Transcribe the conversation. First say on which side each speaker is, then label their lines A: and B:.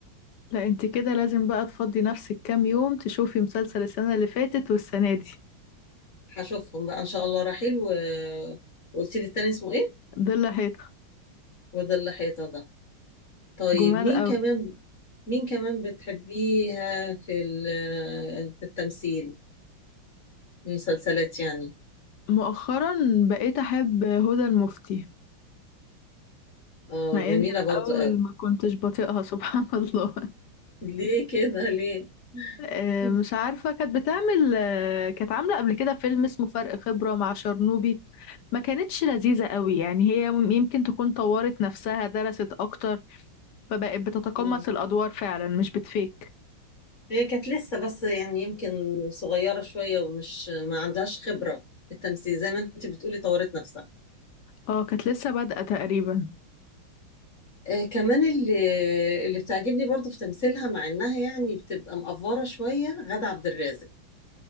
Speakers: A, on the left (about 70°); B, on the left (about 40°).
A: لا انت كده لازم بقى تفضي نفسك كام يوم تشوفي مسلسل السنة اللي فاتت والسنة دي
B: هشوفهم بقى إن شاء الله رحيل و... وقلت لي التاني اسمه ايه
A: ضل حيطة
B: وده اللي حيطة ده طيب
A: جمال
B: مين
A: قوي
B: كمان مين كمان بتحبيها في ال... في التمثيل المسلسلات يعني
A: مؤخرا بقيت أحب هدى المفتي
B: اه
A: مع
B: جميلة
A: ان الأول
B: برضه قوي
A: ما كنتش بطيقها <laughs> سبحان الله
B: ليه كده ليه
A: آه،
B: مم.
A: مش عارفة كانت بتعمل آه، كانت عاملة قبل كده فيلم اسمه فرق خبرة مع شرنوبي ما كانتش لذيذة قوي يعني هي م- يمكن تكون طورت نفسها درست أكتر فبقت بتتقمص
B: مم.
A: الأدوار فعلا مش بتفيك
B: هي كانت لسه بس يعني يمكن صغيرة شوية ومش ما عندهاش خبرة في التمثيل زي ما انت بتقولي طورت نفسها
A: اه كانت لسه بادئة تقريبا
B: آه كمان اللي اللي بتعجبني برضو في تمثيلها مع انها يعني بتبقى مقفرة شوية غادة عبد الرازق